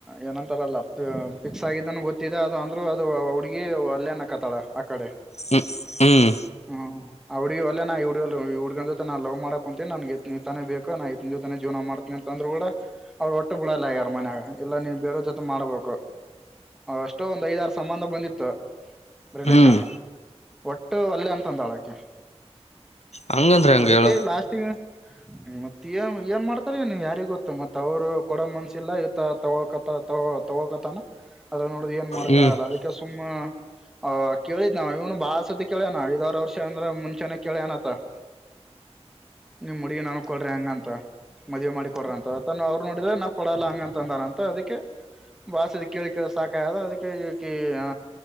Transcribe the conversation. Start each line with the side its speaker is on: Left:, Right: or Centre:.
Centre: ಏನಂತಾರಲ್ಲ ಪಫಿಕ್ಸ್ ಆಗಿದ್ದನ್ ಗೊತ್ತಿದೆ ಅದು ಅಂದ್ರರು ಅದು ಹುಡ್ಗಿ ಅಲ್ಲೇನಕತ್ತಾಳ ಆ ಕಡೆ
Left: ಹ್ಮ್ ಹ್ಮ್
Centre: ಹ್ಮ ಹುಡ್ಗ ಅಲ್ಲ ನಾ ಹುಡ್ಗ ಹುಡ್ಗನ್ ಜೊತೆ ನಾ ಲವ್ ಮಾಡಕ್ ಕುಂತಿನಿ ನನ್ ತಾನೇ ಬೇಕು ನಾು ಇ ಜೊತೆ ಜೀವನ ಮಾಡ್ತೇನ ಅಂದ್ ಕೂಡ ಅವ್ಳ ಒಟ್ಟು ಬಿಡಲ್ಲ ಯಾರ ಮನ್ಾಗ ಎಲ್ಲ ನೀವು ಬೇರೋ ಜೊತೆ ಮಾಡ್ಬೇಕು ಅಷ್ಟೋ ಒಂದ್ ಐದಾರು ಸಂಬಂಧ ಬಂದಿತ್ತು ಬಲೇಶಾನ
Left: ಹ್ಮ್
Centre: ಒಟ್ಟು ಅಲ್ಲೆ ಅಂತಂದ ಅಳಗೆ ಓೆ
Left: ಹಂಗಂದ್ರೆ ಹೆಂಗ
Centre: ಅದಕ್ಕೆ
Left: ಹೇಳ
Centre: ಲಾಸ್ಟಿಂಗ್ ಮತ್ತ ಏನ್ ಏನ್ ಮಾಡ್ತಾರ ನೀ ಯಾರಿ ಗೊತ್ತ ಮತ್ ಅವ್ರು ಕೊಡ ಮನ್ಸಿಲ್ಲ ಇತ ತಗೋಕತ ತಗೋ ತಗೋಕತಾನ ಅದ್ರ ನೋಡ್ದ್ ಏನ್ ಮಾಡ್ಕಲ್ಲ
Left: ಹ್ಮ್
Centre: ಅದಕ್ಕೆ ಸುಮ್ಮ್ ಆ ಕೇಳಿದ ನಾವ ಇವನು ಬಾಳ ಸತಿ ಕೇಳ ನ ಐದಾರು ವರ್ಷ ್ರ ಮುಂಚೆಾನ ಕೇಳಿನತ ನೀಮ್ ಮುಡಗಿ ನನ ಕೊಡ್ರಿ ಹಂಗಂತ ಮದುವೆ ಮಾಡಿ ಕೊಡ್ರಿ ಅಂತಾನ ಅವ್ರು ನೋಡಿದ್ರೆ ನಾ ಕೊಡಲ್ಲ ಹಂಗಂತ ಅಂದಾರಂತ ಅದಕ್ಕೆ ಕಾಸ ಕೇಳಿಿಕೇಳ ಸಾಕಾಯದ ಅದಕ್ಕೆ ಆ